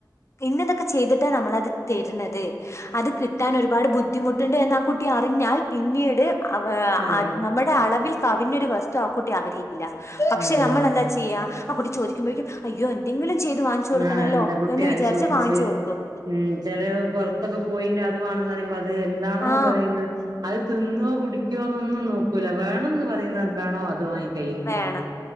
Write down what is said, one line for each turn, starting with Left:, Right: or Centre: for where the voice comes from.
Left: ഇന്നെന്തൊക്കെ ചെയ്തിട്ടാണ് നമ്മളത് തരുന്നത് അത് കിട്ടാൻ ഒരുപാട് ബുദ്ധിമുട്ടുണ്ട് എന്ന ആ കുട്ടി അറിഞ്ഞാൽ പിന്നീട് അവ
Right: അതെ
Left: നമ്മുടെ അളവിൽ കവിഞ്ഞൊരു വസ്തു ആ കൂട്ടി ആഗ്രഹിക്കൂല പക്ഷെ
Right: അതെ
Left: നമ്മൾ
Right: അതെ
Left: എന്താ ചെയ്യാ ആ കുട്ടി ചോദിക്കുമ്പോഴേക്കും അയ്യോ എന്തെങ്കിലും ചെയ്ത് വാങ്ങിച്ചു കൊടുക്കണല്ലോ
Right: ആഹ് ഇണ്ട് കുട്ടി
Left: എന്ന്
Right: അത്
Left: വിചാരിച്ച്
Right: ചോയിച്ച്
Left: വാങ്ങിച്ചു കൊടുക്കും
Right: ഉം ചില പുറത്തൊക്കെ പോയി് അത് വേണെന്ന് പറയുമ്പോ അത് എന്താണോ
Left: ആ
Right: പറയുന്നത് അത് തിന്നോ കുടിക്കുവോന്നൊന്നും നോക്കൂല്ല വേണംന്ന് പറയുന്നത്
Left: ഓക്കെ
Right: എന്താണോ അത് വാങ്ങിക്കും കയ്യിൽ കൊടുക്കുക
Left: വേണം